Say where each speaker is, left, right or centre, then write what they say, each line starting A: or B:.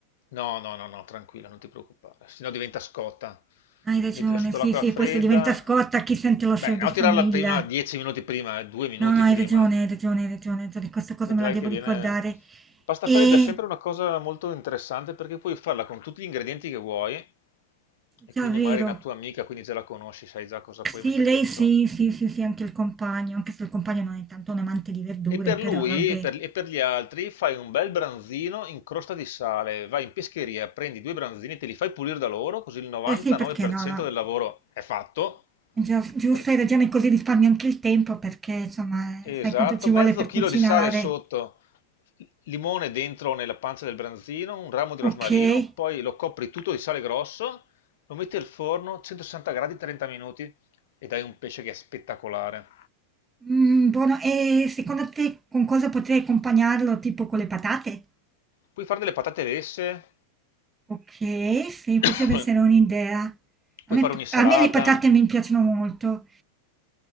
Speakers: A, on the left (about 65°); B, on the right (about 15°).
A: No, no, no, no, tranquilla, non ti preoccupare, sennò diventa scotta.
B: Hai ragione,
A: Mettila sotto
B: sì,
A: l'acqua
B: sì,
A: fredda.
B: poi se diventa scotta chi sente l'osso
A: Beh,
B: di
A: no,
B: famiglia.
A: tirarla prima, 10 minuti prima, eh, due minuti
B: No, no, hai
A: prima.
B: ragione, hai ragione, hai ragione, hai ragione, questa cosa
A: Vedrai
B: me la devo
A: che
B: ricordare.
A: viene... Pasta
B: E
A: fredda è sempre una cosa molto interessante perché puoi farla con tutti gli ingredienti che vuoi e
B: già
A: quindi
B: vero.
A: magari è una tua amica, quindi già la conosci, sai già cosa
B: Sì,
A: puoi mettere
B: lei
A: dentro.
B: sì, sì, sì, sì, anche il compagno, anche se il compagno non è tanto un amante di verdure,
A: E per
B: però
A: lui
B: vabbè.
A: e per, e per gli altri fai un bel branzino in crosta di sale, vai in pescheria, prendi due branzini, te li fai pulire da loro, così il 99%
B: Eh sì, perché no, no.
A: del lavoro è fatto.
B: Gia giusto,
A: Per-
B: hai ragione, così risparmi anche il tempo perché, insomma,
A: Esatto,
B: sai quanto ci vuole
A: mezzo
B: per
A: chilo
B: cucinare.
A: di sale sotto, limone dentro nella pancia del branzino, un ramo di
B: Okay.
A: rosmarino, poi lo copri tutto di sale grosso, lo metti al forno 160 gradi 30 minuti ed hai un pesce che è spettacolare.
B: Mhmm, buono. E secondo te con cosa potrei accompagnarlo? Tipo con le patate?
A: Puoi fare delle patate lesse,
B: Okay, sì, potrebbe
A: <coughs>
B: essere un'idea.
A: Puoi
B: A me
A: fare
B: p
A: un'insalata.
B: a me le patate mi piacciono molto.